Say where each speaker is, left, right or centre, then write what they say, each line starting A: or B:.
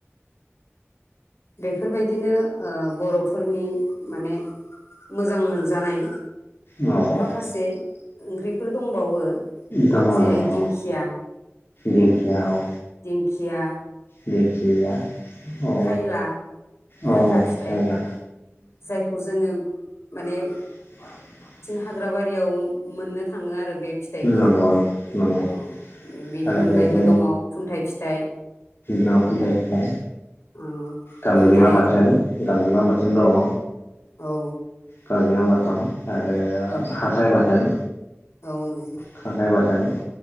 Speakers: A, on the left; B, on the left.
A: बेफोरबायदिनो ओ बर' फोरनि माने मोजां मोनजानाय
B: औ औ
A: माखासे ओंख्रि बिफोरबो दंबावो
B: दङ
A: जेरै
B: दङ दङ
A: दिंखिया
B: दिंखिया औ
A: दिंखिया
B: दिंखिया औ
A: खायला
B: औ
A: गोखा फिथाइ
B: जायला
A: जायखौ जोङो माने
B: <inaudible>
A: हाग्राबारियाव मोननो थाङो आरो बे फिथाइखौ
B: नंगौ नंगौ
A: औ बेनि
B: आरो
A: अनगायैबो
B: बेयाव
A: दङ खुन्थाइ फिथाइ
B: दङ खुनथाय बिफां
A: औ
B: गांजेमा
A: खुन्थाइ
B: बाथोन गांजेमा बाथोन दङ
A: औ
B: गांजेमा बाथोन आरो
A: औ
B: खांख्राइ बाथोन
A: औ नोंथां
B: खांख्राइ बाथोन।